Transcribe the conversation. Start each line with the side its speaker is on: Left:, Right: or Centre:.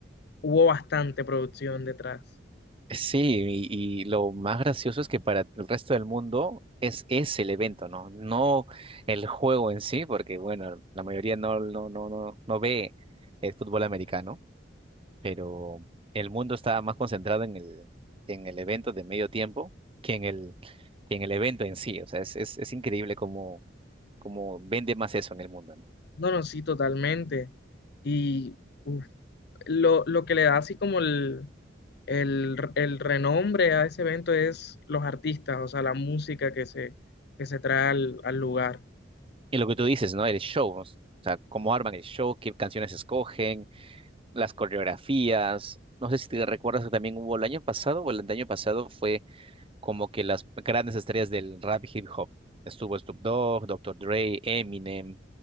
Left: hubo bastante producción detrás.
Right: Sí, y, y lo más gracioso es que para el resto del mundo es ese el evento, ¿no? No el juego en sí, porque bueno, la mayoría no, no, no, no, no ve el fútbol americano, pero el mundo está más concentrado en el, en el evento de medio tiempo que en el, que en el evento en sí. O sea, es, es, es increíble cómo, cómo vende más eso en el mundo, ¿no?
Left: No, no, sí, totalmente. Y uf, lo, lo que le da así como el, el, el renombre a ese evento es los artistas, o sea, la música que se, que se trae al, al lugar.
Right: Y lo que tú dices, ¿no? El show, o sea, cómo arman el show, qué canciones escogen las coreografías. No sé si te recuerdas que también hubo el año pasado o el año pasado fue como que las grandes estrellas del rap y hip hop. Estuvo Snoop Dogg, Doctor Dre, Eminem,